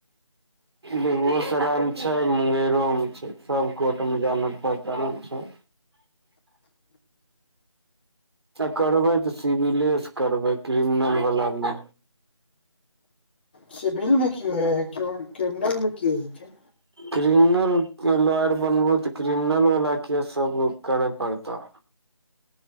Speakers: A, on the right; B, on the left.
A: बेगुओसराय मे छै, मुंगेरो मे छै। सब कोर्ट मे जानल पहचानल छै। आ करबै तऽ सिविले से करबै, क्रिमनल वला नै।
B: सिविल मे कि होय हय, किम क्रिमनल मे की होय छै।
A: क्रिमनल के लॉयर बनबू तऽ क्रिमनल वला केस सब करा पड़तऽ।